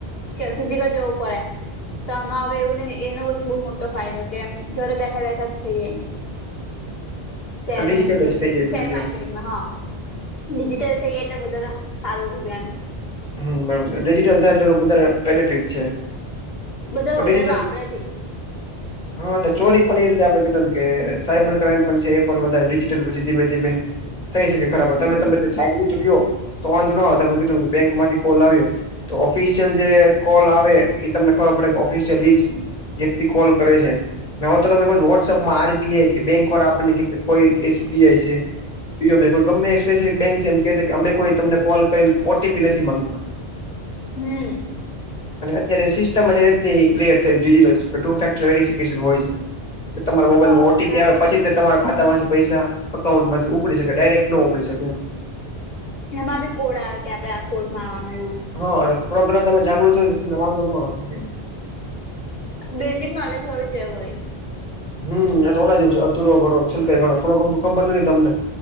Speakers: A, on the left (about 65°); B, on the left (about 40°).
A: ફિઝિકલ જવું પડે. તો આમાં હવે એવું ને એનો બહુ મોટો ફાયદો કે ઘરે બેઠા બેઠા જ થઈએ. શેર
B: ડિજિટલ
A: ન ઉધણી
B: જ થઈ
A: પછી
B: જાય બધું
A: શેર
B: યસ
A: માર્કેટિંગમાં હા. ડિજિટલ થઈ એટલે બધા સારું અભિયાન.
B: હમ બરોબર છે ડિજિટલ થાય એટલે એ બધ બેનિફિટ છે.
A: બધા
B: પણ ડિજિટલ
A: વધારે આપરેથી.
B: હા એલે ચોરી પણ એ રીતે આપડણે કીધુંમ કે સાયબર ક્રાઈમ પણ છે એ પણ વધારે ડિજિટલ પછી ધીમે ધીમે. થઈ શકે ખરાબ
A: હમ
B: તમે તમે જાગૃત રહ્યો તો વાંધો ના હોય તમે કીધું કે બેંકમાં કોલ આવ્યો તો ઓફિશિયલ જે કોલ આવે એ તમને ખબર પડે કે ઓફિસિયલ એ વ્યક્તિ કોલ કરે છે. હવે તો તમને વોટ્સઅપમાં આરબીઆઈ કે બેંક વાળા આપણને કોઈ એસબીઆઈ છે. યો ભાઈ કો ગમે સ્પેસિફિક બેંક છે એમ કે છે કે અમે કોઈ તમને કોલ કરીને ઓટીપી નથી માંગતા તો <inaudible>
A: હમ.
B: અને અત્યારે સિસ્ટમ રની ક્રિએટ થઈટ ટુ ફેક્ટર વેરફિકન હોય છે. તમારા મોબાઈલમાં
A: હા અચ્છા
B: ઓટીપી આવે પછી તે તમારે ખાતા માંથી પૈસા અકાઉન્ટ માંથી ઉપડી શકે ડાયરેક્ટ ન ઉપડી શકે એ.
A: એમાં ભી કોડ આવે કે આપડે આ કોડ મારવાનું એવું.
B: હા એટલે થોડાક ઘણા તમે જાગૃત હોય તો તમને વાંધો ન આવે.
A: બેઝિક નોલેજ હોવી જોઈએ વળ
B: હમ એટ ઓલા જવ છે અધુરો ઘો છેલ્લો થોડો ગમ તો ખબર નથી તમને